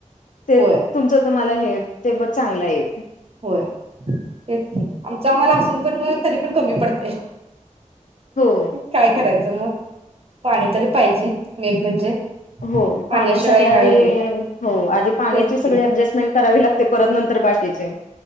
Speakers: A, on the left (about 75°); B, on the right (about 50°).
A: ते
B: होय
A: तुमचं तुम्हाला हे ते बघ चांगलं आहे.
B: होय तेच की, आमच आम्हाला हासून पण म तरी पण कमी पडतय.
A: हो
B: काय करायचं म पाणी तरी पाहिजे मेन म्हणजे
A: हो
B: पाण्याशिवाय
A: पाण्यासाठी आधी
B: काय होते
A: हो आधी पाण्याची
B: तेच
A: सगळी
B: की
A: ऍडजेस्टमेंट करावी लाग ते परत नंतर बाकीचे